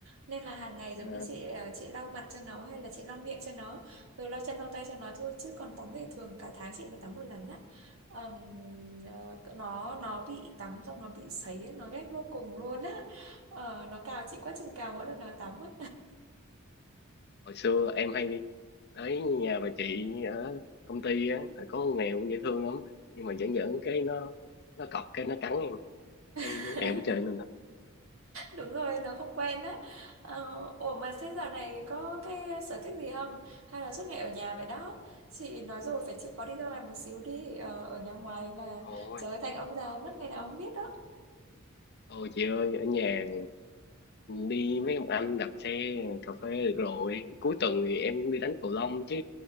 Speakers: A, on the right; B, on the left.
A: nên là hàng ngày giống
B: à,
A: như chị ờ, chị lau mặt cho nó hay là chị lau miệng cho nó rồi lau chân lau tay cho nó thôi chứ còn tắm thì thường cả tháng chị mới tắm một lần á Ờm, ờ, nó nó bị tắm xong nó bị sấy ấy, nó ghét vô cùng luôn á Ờ, nó cào chị quá chừng cào mỗi lần nó tắm á
B: hồi xưa em hay đi tới nhà bà chị ở công ty á có con mèo cũng dễ thương lắm nhưng mà giỡn giỡn cái nó nó cọc cái nó cắn em cái
A: <laughs>
B: em không chơi nên.
A: đúng rồi nó không quen á Ờ, ủa mà thế dạo này có cái sở thích gì không hay là suốt ngày ở nhà vậy đó chị nói rồi phải chịu khó đi ra ngoài một xíu đi Ờ, ở nhà ngoài là
B: Ôi,
A: trời ơi, thành ông già mất ngày nào không biết đó
B: ôi chị ơi, ở nhà đi mấy ông anh đạp xe cà phê được rồi. Cuối tuần thì em đi đánh cầu lông chứ